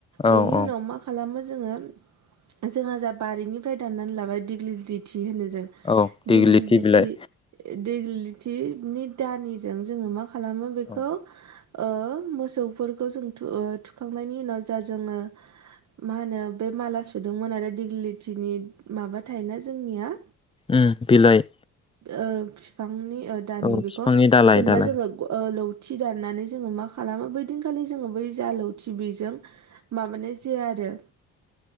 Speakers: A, on the left (about 15°); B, on the right (about 55°).
A: औ
B: बेनि
A: औ
B: उनाव मा मा खालामो जोङो जोंहा जा बारिनिफ्राय दाननानै लाबाय दिग्लि लिथि होनो जों
A: औ दिग्लिथि
B: दिग्लि लिथि
A: बिलाइ
B: दिग्लि लिथिनि दानिजों जोङो मा खालामो बेखौ
A: औ
B: ओ मोसौफोरखौ जों ओ थुखांनायनि उनाव जा जोङो मा होनो बे माला सुदोंमोन आरो दिग्लि लिथिनि माबा थायोना जोंनिया
A: उम बिलाइ
B: ओ बिफांनि दानि
A: औ
B: ओ बेखौ
A: बिफांनि दालाय
B: जेनेबा
A: दालाय
B: जोङो ओ लौथि दाननानै जोङो मा खालामो बैदिन खालि जोङो बै जा लौथि बेजों माबानाय जाया आरो